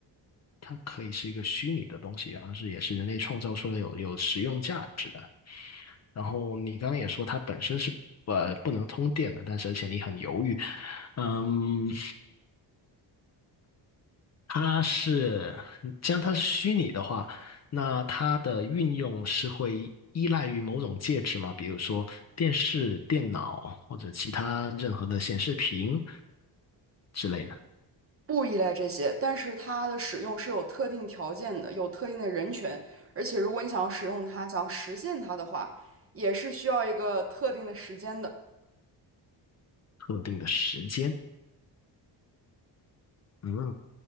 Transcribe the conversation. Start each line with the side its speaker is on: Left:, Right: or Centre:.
Left: 它可以是一个虚拟的东西，然后是也是人类创造出来有有实用价值的。然后你刚刚也说它本身是呃不能通电的，但是而且你很犹豫，嗯。它是，既然它是虚拟的话，那它的运用是会依赖于某种介质嘛？比如说电视、电脑或者其他任何的显示屏之类的
Right: 不依赖这些，但是它的使用是有特定条件的，有特定的人群，而且如果你想要使用它，想要实现它的话，也是需要一个特定的时间的。
Left: 特定的时间。嗯，